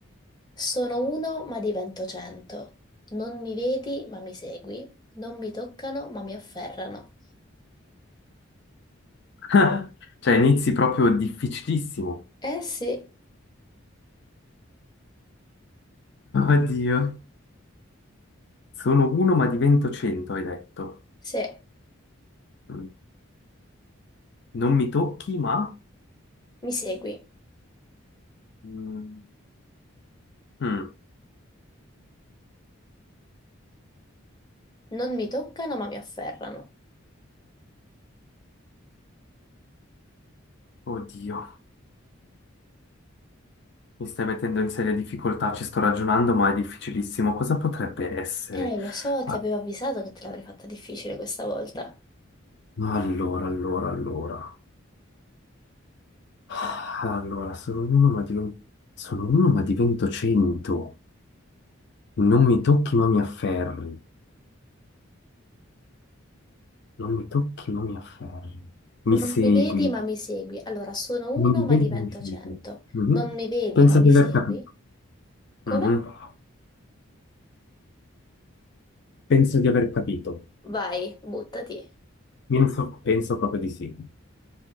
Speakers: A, on the left (about 20°); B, on the left (about 55°).
A: Sono uno ma divento cento. Non mi vedi ma mi segui. Non mi toccano ma mi afferrano.
B: <laughs> Cioè, inizi proprio difficilissimo.
A: Eh sì,
B: Oddio, sono uno ma divento cento, hai detto.
A: sì,
B: Mm. Non mi tocchi, ma...
A: mi segui.
B: Mm. Mm.
A: Non mi toccano ma mi afferrano.
B: Oddio, mi stai mettendo in seria difficoltà, ci sto ragionando, ma è difficilissimo. Cosa potrebbe essere?
A: Eh, lo so, ti
B: Ah,
A: avevo avvisato che te l'avrei fatta difficile questa volta.
B: Allora, allora, allora. Ah, Allora, sono uno, ma divento, sono uno, ma divento cento. Non mi tocchi, ma mi afferri. Non mi tocchi, ma mi afferri. Mi
A: Non
B: segui.
A: mi vedi ma mi segui. Allora, sono uno
B: Non mi
A: ma
B: vedi,
A: divento
B: ma mi segui.
A: cento.
B: Mhm.
A: Non mi vedi
B: Penso
A: ma mi
B: di aver
A: segui.
B: capito.
A: Come?
B: Mhm. Penso di aver capito.
A: Vai, buttati.
B: Penso, penso proprio di sì.